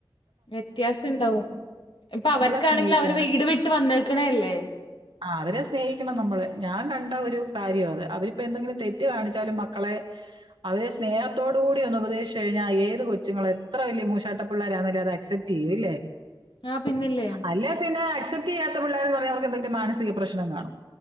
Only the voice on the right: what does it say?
നമ്മളെ
സ്നേഹിക്കണം
ആ അവരെ സ്നേഹിക്കണം നമ്മള് ഞാൻ കണ്ട ഒരു കാര്യം അത് അവരിപ്പോ എന്തെങ്കിലും തെറ്റ് കാണിച്ചാലും മക്കളെ അവരെ സ്നേഹത്തോടു കൂടി ഒന്ന് ഉപദേശിച്ച് കഴിഞ്ഞാൽ ഏത് കൊച്ചുങ്ങളും എത്ര വലിയ മൂഷാട്ടപ്പിള്ളാരാണെങ്കിലും അത് അക്സെപ്റ്റ് റ്റ് ചെയ്യും ഇല്ലെ
അല്ലേ പിന്നെ അക്സപ്റ്റ് ചെയ്യാത്ത പിള്ളര് എന്ന് പറഞ്ഞാ അവർക്ക് എന്തെങ്കിലും മാനസിക പ്രശ്നം കാണും